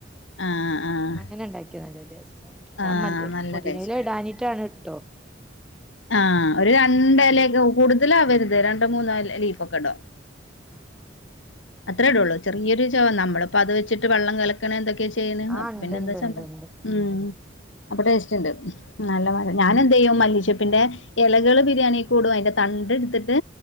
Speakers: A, on the left; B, in the centre.
A: ആഹ് ആഹ്
B: അങ്ങനെ ഇണ്ടാക്കിയാ നല്ല ടേസ്റ്റാണ് ഞാൻ
A: ആഹ്
B: മല്ലി
A: നല്ല
B: പൊതിനയില
A: ടേസ്റ്റാ
B: ഇടാൻ അനിറ്റാണുട്ടോ
A: ആഹ് ഒരു രണ്ടലയക്കെ കൂടുതലാവരുത് രണ്ടോ മൂന്നോ എല ലീഫൊക്കെടാം
B: ആഹ് ആഹ് ആഹ്
A: അത്രേ ഇടൊള്ളൂ ചെറിയൊരു ചൊവാ നമ്മളിപ്പോ അത് വെച്ചിട്ട് വെള്ളം കലക്കണേ എന്തൊക്കെചെയ്യണെന്ന്
B: ആ
A: അപ്പൊപ്പിന്നെന്താ
B: ഉണ്ട് ഉണ്ട്
A: ചമ്മ
B: ഉണ്ട് ഉണ്ട്
A: ഉം അപ്പ ടേസ്റ്റൊണ്ട് നല്ല മഴ ഞാനെന്തെയ്യും മല്ലിച്ചെപ്പിന്റെ എലകള് ബിരിയാണി കൂടും അയിന്റെ തണ്ട് എടുത്തിട്ട്